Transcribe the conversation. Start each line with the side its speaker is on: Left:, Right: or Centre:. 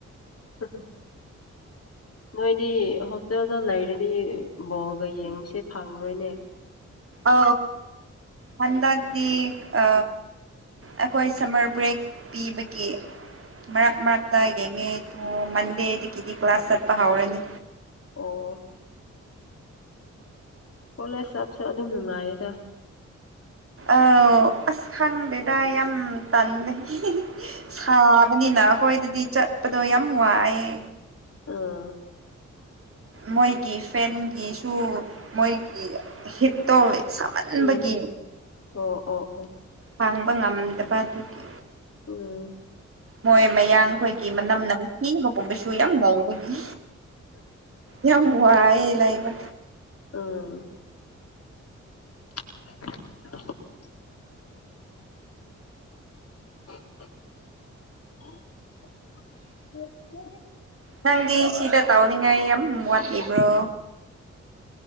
Left: ꯑ ꯅꯣꯏꯗꯤ ꯍꯣꯁꯇꯦꯜꯗ ꯂꯩꯔꯗꯤ ꯕꯣꯒ ꯌꯦꯡꯉꯁꯦ ꯐꯪꯉꯔꯣꯏꯅꯦ
Right: ꯑ ꯍꯟꯗꯗꯤ ꯑ ꯑꯩꯈꯣꯏ ꯁꯝꯃꯔ ꯕ꯭ꯔꯦꯛ ꯄꯤꯕꯒꯤ ꯃꯔꯛ ꯃꯔꯛꯇ ꯌꯦꯡꯉꯤ ꯃꯟꯗꯦꯗꯤ ꯀꯤꯗꯤ ꯀ꯭ꯂꯥꯁ ꯆ ꯄꯥꯕꯅꯤ
Left: ꯑꯣ ꯀꯣꯂꯦꯖ ꯆꯞꯁꯨ ꯑꯗꯨꯝ ꯅꯨꯡꯉꯥꯏꯗ꯫
Right: ꯑꯥꯎ ꯑꯁ ꯈꯪꯗꯦꯗ ꯌꯥꯝ ꯇꯥꯟꯂꯦ꯫ ꯁꯥꯕꯅꯤꯅ ꯑꯈꯣꯏꯗꯗꯤ ꯆꯠꯄꯗꯣ ꯌꯥꯝ ꯋꯥꯏꯌꯦ꯫
Left: ꯑꯥ꯫
Right: ꯃꯣꯏꯒꯤ ꯐꯦꯟꯒꯤꯁꯨ ꯃꯣꯏꯒꯤ ꯍꯤꯠꯇꯣ ꯁꯥꯃꯟꯕꯒꯤ
Left: ꯎꯝ ꯑꯣ ꯑꯣ ꯑꯣ
Right: ꯐꯥꯡꯕ ꯉꯝꯗꯕ ꯑꯗꯨꯒꯤ
Left: ꯎꯝ
Right: ꯃꯣꯏ ꯃꯌꯥꯡ ꯈꯣꯏꯒꯤ ꯃꯅꯝ ꯅꯝꯊꯤꯕꯒꯨꯝꯕꯁꯨ ꯌꯥꯝ ꯂꯩꯕꯒꯤ ꯌꯥꯝ ꯋꯥꯌꯦ ꯂꯩꯕ꯫
Left: ꯎꯝ <unintelligible> <unintelligible>
Right: ꯅꯪꯗꯤ ꯁꯤꯗ ꯇꯥꯎꯅꯤꯡꯉꯥꯏ ꯌꯥꯝ ꯋꯥꯠꯂꯤꯕ꯭ꯔꯣ꯫